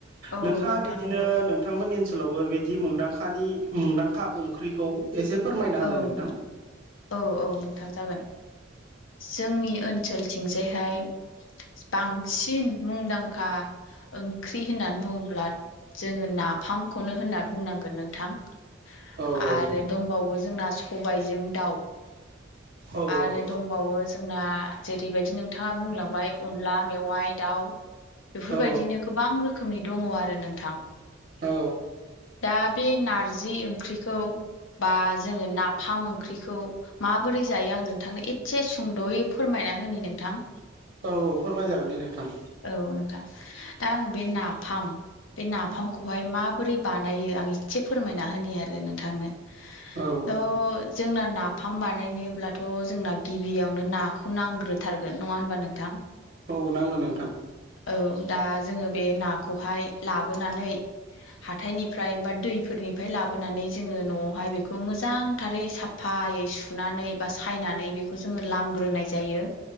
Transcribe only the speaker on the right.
नोंथाङा
बिदिनो
नोंथां- मोननि ओनसोलावबो बिदि मुंदांखानि मुंदांखा ओंख्रिखौ एसे फोरमायना होलाय
नोंथां
औ
-औ
औ
औ
औ
औ
औ - औ फोरमाय जागोन दे नोंथां
औ
औ नाङो नों